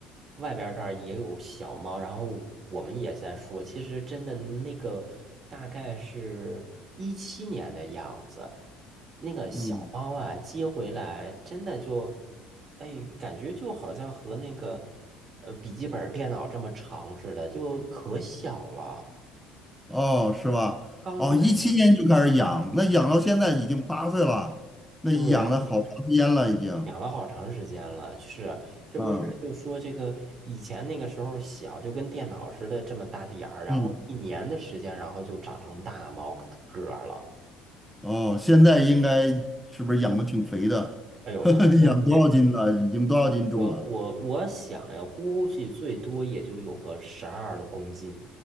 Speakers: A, on the right; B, in the centre.
A: 外边儿这儿也有小猫，然后我们也在说，其实真的那个大概是一七年的样子，那个小猫啊接回来，
B: 嗯，
A: 真的就，哎，感觉就好像和那个呃笔记本电脑这么长似的，就可小了，
B: 哦，是吧？
A: 刚断奶。
B: 哦，一七年就开始养，那养到现在已经八岁了，那养了好长时间了，
A: 对，
B: 已经。
A: 养了好长时间了，是，这不是就说这个以前那个时候小，
B: 嗯
A: 就跟电脑似的这么大点儿，然后一年的时间，
B: 嗯
A: 然后就长成大猫个个儿了。
B: 哦，现在应该是不是养的挺肥的？
A: 哎呦，
B: <laughs>
A: 特真肥！
B: 养多少斤了？已经多少斤重了？
A: 我我我想呀，估计最多也就有个十二公斤，